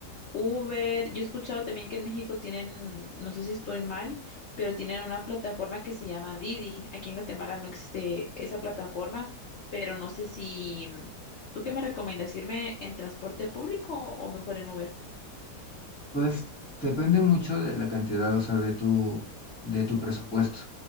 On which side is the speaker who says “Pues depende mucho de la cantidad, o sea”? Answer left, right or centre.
Centre